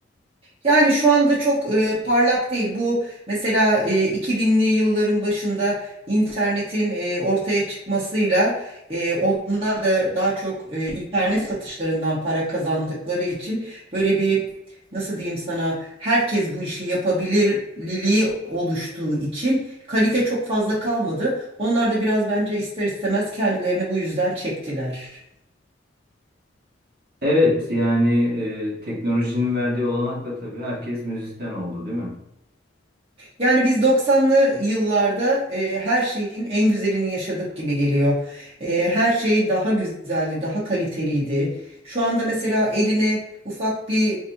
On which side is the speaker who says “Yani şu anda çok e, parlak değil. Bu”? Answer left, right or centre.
Right